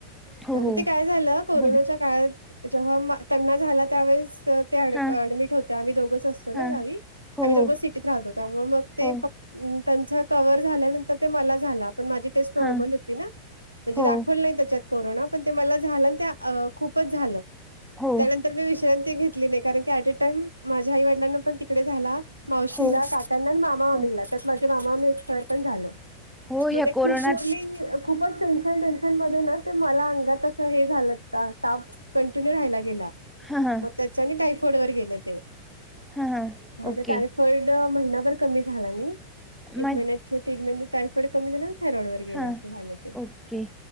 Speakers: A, in the centre; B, on the right.
A: हो
B: त्यामुळे
A: हो
B: ते काय झालं कोरोनाच्या
A: गुड
B: काळात जेव्हा त्यांना झाला त्यावेळेस ते एड
A: हा
B: ऍडमिट होते आम्ही दोघंच असतो
A: हा
B: ना गावी
A: हो
B: आम्ही
A: हो
B: दोघ सिटीत राहतो त्यामुळे मग ते
A: हो
B: प त्यांचा कवर झाल्यानंतर ते मला झाला पण माझी नॉर्मल
A: हा
B: होती ना म्हणजे
A: हो
B: दाखवली नाही त्याच्यात कोरोना पण ते मला झालं ते खूपच झालं
A: हो
B: त्यानंतर मी विश्रांती घेतली नाही कारण की ऍट अ टाईम माझ्या आई वडिलांना पण तिकडे झाला मावशीला,
A: हो
B: काकांना आणि मामा मामी
A: हो
B: ला, त्यात माझे मामा मामी एक्सपायर पण झाले
A: हो ह्या
B: मग ते खूप
A: कोरोनात
B: <unintelligible> खूपच टेन्शन टेन्शन मध्ये ना ते मला अंगात हे झालं ताप कंटिन्यू राहिला गेला
A: हां हां
B: म त्याच्याने टायफॉइड वर गेल ते.
A: हां हां
B: मग
A: ओके
B: आता टाय फॉइड महिनाभर कमी झाला नाही एक
A: मग
B: महिन्याची ट्रीटमेंट टायफॉइड कमी झाला थायरॉईड वर गेलं
A: हां
B: अस झालं ते
A: ओके